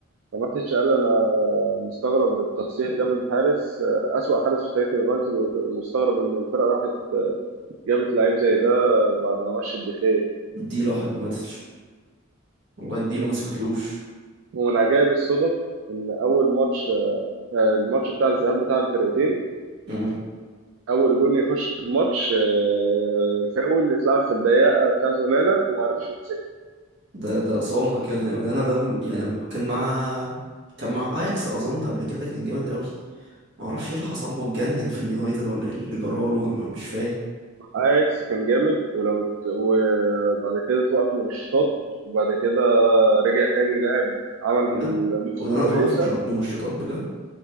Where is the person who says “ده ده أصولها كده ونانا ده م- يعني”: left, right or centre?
Right